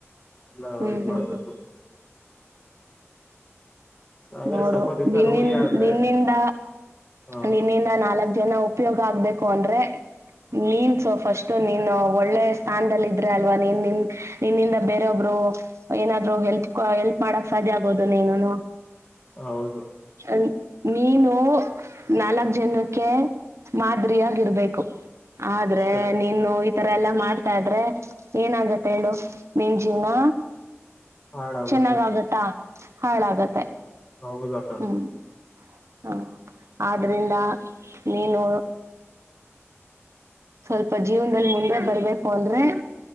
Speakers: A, on the left; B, on the right.
A: ಎಲ್ಲ
B: ಹ್ಮ್
A: ಇದ್
B: ಹ್ಮ್
A: ಮಾಡಬೇಕು.
B: ಹ್ಮ್
A: ಅದೇ
B: ನೋಡು
A: ಸ್ವಲ್ಪ ದಿವಸ
B: ನಿನ್ನಿ
A: ರೂಢಿ ಆದ್ರೆ
B: ನಿನ್ನಿಂದ
A: ಹಾ
B: ನಿನ್ನಿಂದ ನಾಲ್ಕ್ ಜನ. ಉಪಯೋಗ ಆಗ್ಬೇಕು ಅಂದ್ರೆ. ನೀನ್ಸು ಫಸ್ಟ್ ನೀನ್ ಒಳ್ಳೆ ಸ್ಥಾನದದಲ್ಲಿ ಇದ್ರೆ ಅಲ್ವಾ ನೀನ್ ನಿನ್. ನಿನ್ನಿಂದ ಬೇರೊಬ್ರು ಏನಾದ್ರು ಹೆಲ್ಪ್ ಹೆಲ್ಪ್ ಮಾಡಕ್ ಸಾಧ್ಯ ಆಗೋದು ನೀನುನು.
A: ಹೌದು.
B: ಅಲ್ಲ ನೀನು. ನಾಲ್ಕ್ ಜನಕ್ಕೆ ಮಾದರಿಯಾಗಿರ್ಬೇಕು ಆದ್ರೆ
A: ಅಷ್ಟೇ
B: ನೀನು. ಈ ತರ ಎಲ್ಲಾ ಮಾಡ್ತಾ ಇದ್ರೆ ಏನಾಗತ್ತೆ ಹೇಳು ನಿನ್ನ ಜೀವ್ನ.
A: ಹಾಳಾಗುತ್ತೆ
B: ಚೆನ್ನಾಗಾಗುತ್ತಾ ಹಾಳಾಗತ್ತೆ.
A: <unintelligible>
B: ಹ್ಮ. ಹ ಆದ್ರಿಂದ ನೀನು. ಸ್ವಲ್ಪ ಜೀವನದಲ್ಲಿ ಮುಂದೆ ಬರ್ಬೇಕು ಅಂದ್ರೆ.